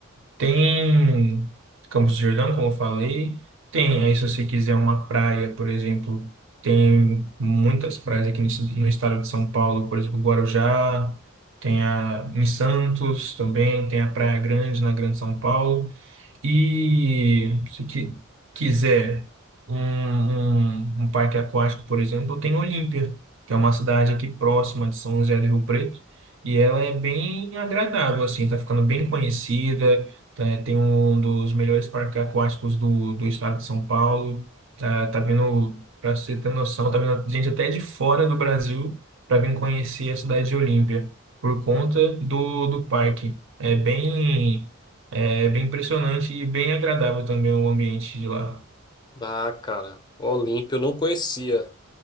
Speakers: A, on the right; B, on the left.
A: Tem Campos do Jordão, como eu falei. Tem, aí se você quiser uma praia, por exemplo, tem muitas praias aqui no, es- no estado de São Paulo, por exemplo, Guarujá, tem a em Santos também, tem a Praia Grande na Grande São Paulo. E se qui- quiser um, um, um parque aquático, por exemplo, tem Olímpia, que é uma cidade aqui próxima de São José do Rio Preto, e ela é bem agradável, assim, tá ficando bem conhecida, tá- tem um dos melhores parques aquáticos do, do estado de São Paulo, tá, tá vindo, para você ter noção, tá vindo gente até de fora do Brasil para vir conhecer a cidade de Olímpia, por conta do, do parque. É bem. É bem impressionante e bem agradável também o ambiente de lá.
B: Ah, cara, Olímpio eu não conhecia.